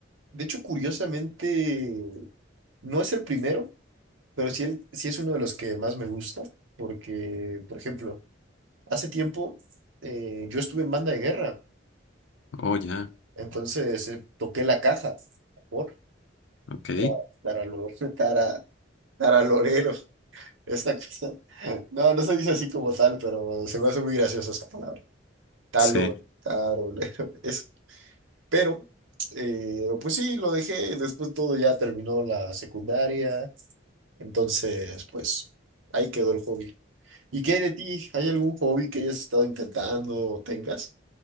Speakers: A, on the right; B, on the left.
A: De hecho, curiosamente, no es el primero, pero sí, el- sí es uno de los que más me gusta, porque, por ejemplo, hace tiempo eh, yo estuve en banda de guerra,
B: Oh, ya,
A: entonces eh, toqué la caja, por,
B: ok.
A: para, para los, <laughs> Nara Lorelo, esta cosa. No, no se dice así como tal, pero se me hace muy graciosa esa palabra. Talo,
B: Sí.
A: tarolero, eso. Pero, eh, pues sí, lo dejé. Después todo ya terminó la secundaria. Entonces, pues ahí quedó el hobby. ¿Y qué hay de ti? ¿Hay algún hobby que hayas estado intentando o tengas?